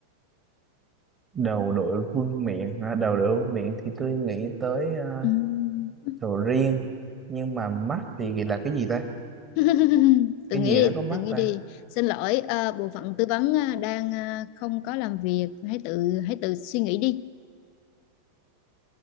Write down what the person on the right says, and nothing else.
đầu đội vương miện hả? đầu đội vương miện thì tôi nghĩ tới uh,
sầu riêng nhưng mà mắt thì là cái gì ta
cái
gì nó
có mắt
ta